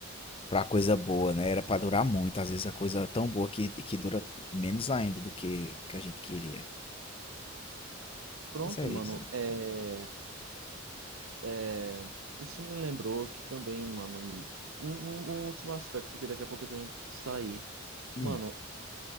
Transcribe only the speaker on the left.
pra coisa boa, né, era pra durar muito, às vezes a coisa é tão boa que que dura menos ainda do que que a gente queria.
Mas é
isso.
Hum.